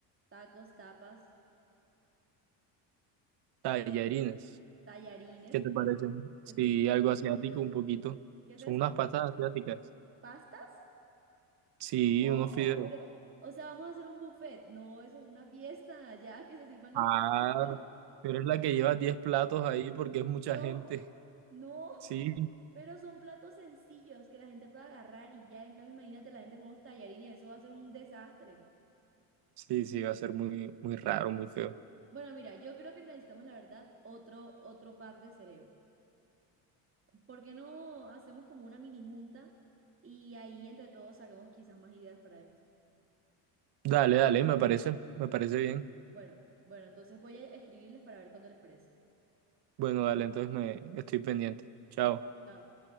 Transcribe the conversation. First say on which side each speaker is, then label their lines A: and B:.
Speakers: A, on the right; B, on the right.
A: Tacos, tapas,
B: Tallarines.
A: tallarines,
B: ¿Qué
A: ¿qué
B: te
A: es
B: parecen?
A: eso? ¿Qué
B: Sí,
A: es eso?
B: algo asiático un poquito.
A: ¿Qué es
B: Son
A: eso?
B: unas pastas asiáticas.
A: ¿Pastas?
B: Sí,
A: No,
B: unos fideos.
A: pero, o sea, vamos a hacer un buffet. No, eso es una fiesta, ya que se sirvan los
B: Ah,
A: tacos.
B: pero es la que lleva 10 platos ahí porque es mucha
A: Yo
B: gente.
A: no, <laughs>
B: Sí,
A: pero son platos sencillos que la gente puede agarrar y ya, en cambio, imagínate la gente con unos tallarines, eso va a ser un desastre.
B: sí, sí, va a ser muy, muy raro, muy feo.
A: Bueno, mira, yo creo que necesitamos, la verdad, otro, otro par de cerebro. ¿Por qué no hacemos como una mini junta y ahí entre todos sacamos quizás más ideas para esto?
B: Dale, dale, me parece, me parece bien.
A: Bueno, bueno, entonces voy a escribirles para ver cuándo les parece.
B: Bueno, dale, entonces me estoy pendiente. Chao.
A: Bueno, chao.